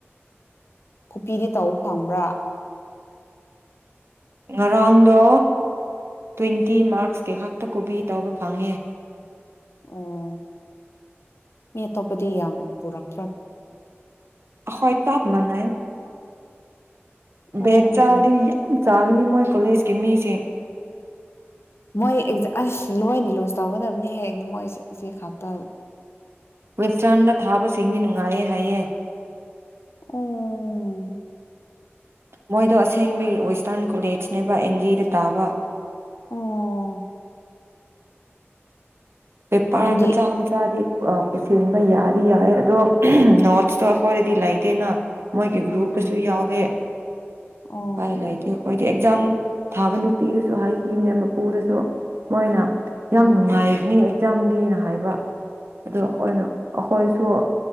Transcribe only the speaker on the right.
ꯉꯔꯥꯡꯗꯣ ꯇ꯭ꯋꯦꯟꯇꯤ ꯃꯥꯔꯛꯁ ꯀꯩ ꯈꯥꯛꯛꯇ ꯀꯣꯕꯤ ꯇꯧꯕ ꯐꯪꯉꯦ
ꯑ ꯍꯣꯏ ꯇꯞ ꯃꯥꯏ
ꯦꯛꯦꯛ ꯆꯥꯗꯤ ꯆꯥꯒꯅꯤ ꯃꯣꯏ ꯀꯣꯂꯦꯖꯀꯤ ꯃꯤꯁꯤꯡ
ꯋꯁꯇꯔꯟꯗ ꯊꯥꯕ ꯁꯤꯦꯡ ꯅꯨꯅꯨꯡ ꯉꯥꯏꯌꯦꯦ ꯍꯥꯏꯌꯦ
ꯃꯣꯏꯗꯣ ꯑꯁꯦꯡꯕꯒꯤ ꯋꯦꯁꯇꯔꯟ ꯀꯣꯂꯦꯖꯅꯦꯕ ꯑꯦꯟ ꯖꯤꯗ ꯇꯥꯕ
ꯕꯦꯄꯥꯔ
ꯃꯆꯥ ꯃꯆꯥꯗꯤ ꯄꯨꯁꯤꯟꯕ ꯌꯥꯗꯤ ꯌꯥꯏꯦ ꯑꯗꯣ ꯅꯣꯔꯠꯁꯇꯣ ꯑꯩꯈꯣꯏꯗꯤ ꯂꯩꯇꯦꯅ ꯃꯣꯏꯒꯤ
ꯒ꯭ꯔꯨꯞꯀꯁꯨ ꯌꯥꯎꯗꯦ
ꯂꯥꯏ ꯂꯥꯏꯗꯤ ꯑꯩ ꯀꯣꯏꯗꯤ ꯑꯦꯛꯖꯝ ꯊꯥꯕ ꯅꯨꯄꯤꯗꯁꯨ ꯍꯥꯏꯈꯤꯕꯅꯦ ꯃꯄꯨꯗꯁꯨ ꯃꯣꯏꯅ ꯌꯥꯝ
ꯅꯨꯡꯉꯥꯏꯅꯤ ꯌꯥꯝꯛꯖꯥꯝ ꯗꯦꯅ ꯍꯥꯏꯕ ꯑꯗꯣ ꯑꯩꯈꯣꯏꯅ ꯑꯩꯈꯣꯏꯁꯨ